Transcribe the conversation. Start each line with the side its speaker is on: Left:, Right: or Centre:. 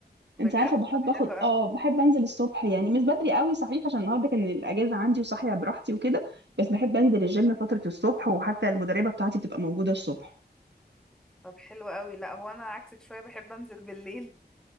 Centre: بجد؟
Right: انت عارفه بحب
Centre: طب حلو
Right: اخد
Centre: قوي
Right: اه بحب انزل الصبح يعني مش بدري قوي صحيح عشان النهارده كان الاجازه عندي وصاحيه براحتي وكده بس بحب انزل الجيم فتره الصبح وحتى المدربه بتاعتي بتبقى موجوده الصبح
Centre: طب حلو قوي لا هو انا عكسك شوية بحب انزل بالليل